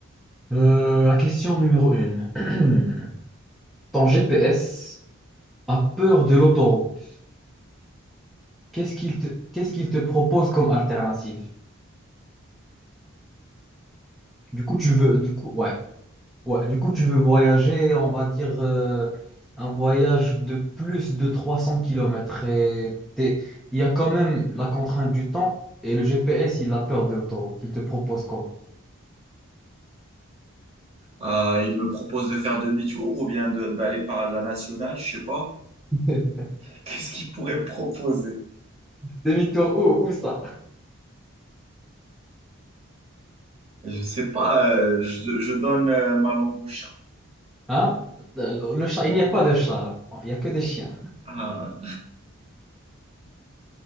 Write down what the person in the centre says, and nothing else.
Euh, la question numéro une. <clears throat> Ton GPS a peur de l'autoroute. Qu'est-ce qu'il te, qu'est-ce qu'il te propose comme alternative? Du coup tu veux, du coup, ouais. Ouais, du coup, tu veux voyager, on va dire, euh, un voyage de plus de 300 kilomètres Et t'es- il y a quand même la contrainte du temps et le GPS, il a peur de l'autoroute. Il te propose quoi?
<laughs>
Demi-tour, où, où ça?
Hein? Le le chat, il n'y a pas de chat là. Il n'y a que des chiens.